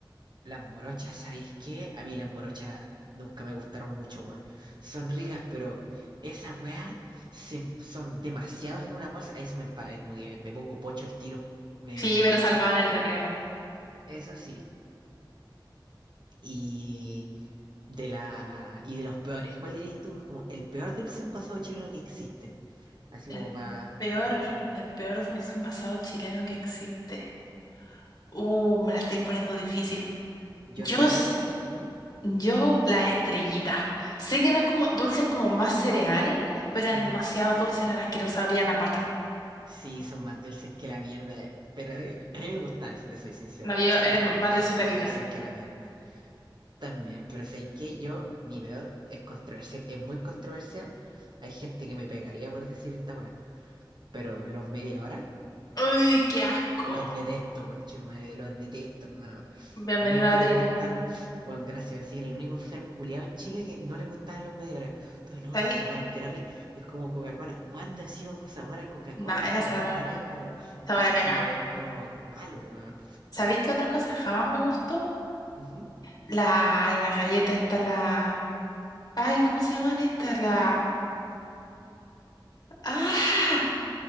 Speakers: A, on the right (about 60°); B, on the left (about 50°).
A: Las morochas, ¿sabéis qué? A mí las morochas nunca me gustaron mucho, weón. Son ricas, pero esas weas se- son demasiados en una bolsa. Eso me empaga, como que me pongo pocho al tiro. Me,
B: Sí, pero salvaban
A: esa,
B: el recreo.
A: eso sí. y De la... Y de los peores. ¿Cuál dirías tú que es como el peor dulce envasado chileno que existe? Así
B: El
A: como va...
B: peor, el peor dulce envasado chileno que existe. Uh, me la estáis poniendo difícil.
A: Yo
B: Yo,
A: sé
B: s-
A: cuál es el que... ¿Mm?
B: yo, las estrellitas. Sé que no es como dulces como más cereal, pero eran
A: Ujú.
B: demasiado dulces, eran asquerosas, olían a pata.
A: Sí, son más dulces que la mierda. Pero eh, a mí me gustaban, si te soy sincero.
B: No, yo
A: Eran,
B: era más
A: eran
B: de sucarita.
A: más dulces que la mierda. También, pero sé que yo, mi peor, es controversial. Es muy controversial. Hay gente que me pegaría por decir esta weá. Pero los media hora.
B: ¡Uy, qué asco!
A: Los detesto, conchetumadre, los detesto, hermano.
B: Bienvenido
A: Nunca
B: a la
A: me
B: tribu.
A: gustaron. Bueno, gracias, pensé que era el único enfermo culiado en Chile que no le gustaban los media hora. Entonces, no,
B: ¿Sabéis?
A: si esa weá entera rica es como Coca-Cola. ¿Cuándo ha sido sabor a Coca-Cola
B: Nah,
A: esa
B: era sabor,
A: weá, hermano? Es como
B: sabor
A: ácido,
B: a caca.
A: weón, es como malo, weón.
B: ¿Sabéis qué otra cosa jamás me gustó?
A: Ujú.
B: La, la galleta esta, la... Ay, ¿cómo se llaman estas? La Ah,